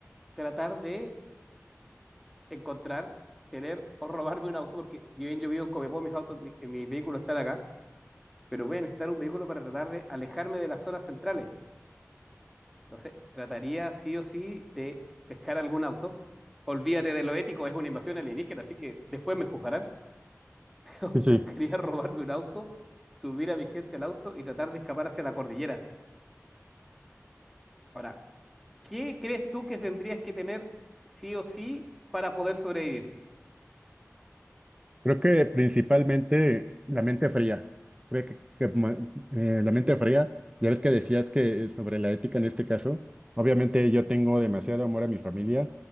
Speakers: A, in the centre; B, on the right (about 20°).
A: tratar de encontrar, tener o robarme un auto, porque yo, yo vivo en Copiapó, mis autos, mi- mis vehículos están acá, pero voy a necesitar un vehículo para tratar de alejarme de las zonas centrales. Entonces, trataría sí o sí de pescar algún auto. Olvídate de lo ético, es una invasión alienígena, así que después me juzgarán. <laughs>
B: Sí, sí.
A: Buscaría robarme un auto, subir a mi gente al auto y tratar de escapar hacia la cordillera. Ahora, ¿qué crees tú que tendrías que tener sí o sí para poder sobrevivir?
B: Creo que principalmente la mente fría. Creo que, que, ma- eh, la mente fría, ya ves que decías que eh, sobre la ética en este caso, obviamente yo tengo demasiado amor a mi familia,